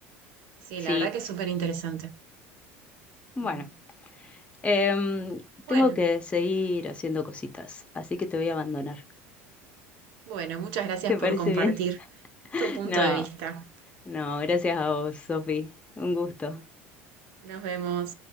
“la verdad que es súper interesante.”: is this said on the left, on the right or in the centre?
Right